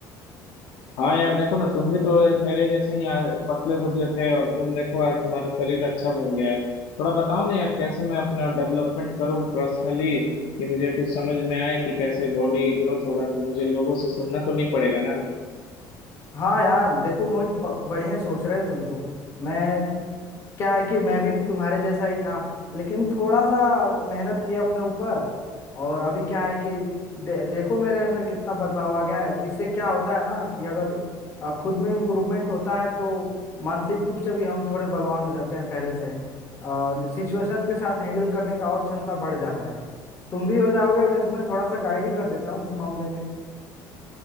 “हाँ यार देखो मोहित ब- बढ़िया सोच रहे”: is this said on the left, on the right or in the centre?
Left